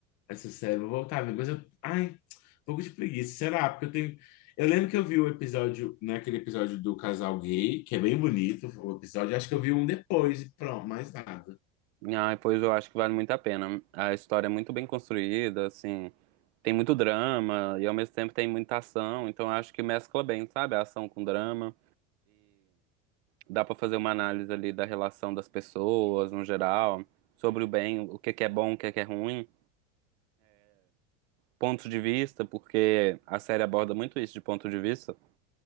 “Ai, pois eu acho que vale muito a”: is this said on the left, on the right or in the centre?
Right